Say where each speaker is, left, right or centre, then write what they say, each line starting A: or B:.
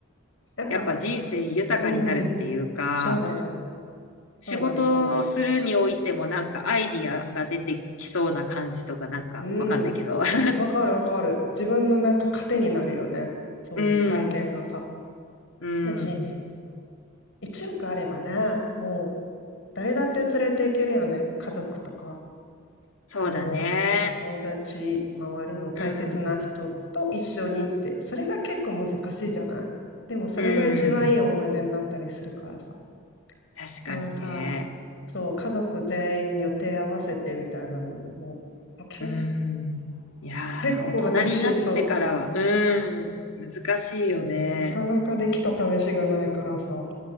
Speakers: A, on the left (about 65°); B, on the left (about 80°).
A: やっぱ、
B: やっぱ人生豊かになるっていうか、
A: うんうん。そうだね。
B: 仕事をするにおいてもなんかアイディアが出てきそうな感じとかなんかわかんないけど。
A: そうだね。そうだね。うん。
B: <laughs>
A: わかるわかる。自分のなんか糧になるよね。そういう体験がさ。
B: うん、うん。
A: だし、1億あればね、もう誰だって連れていけるよね。家族とか、
B: そうだね。
A: あの、友達、周りの大切な人と一緒にって、
B: うん、
A: それが結構難しいじゃないでもそれが一番いい思い出になったりするからさ。
B: うん。確かにね。
A: なかなかそう、家族全員予定合わせてみたいなのも、もう、決めた。
B: うん。いやー、
A: 結構私、
B: 大人になってからは、
A: そ
B: うん、難しいよね。
A: う、なかなかできた試しがないからさ、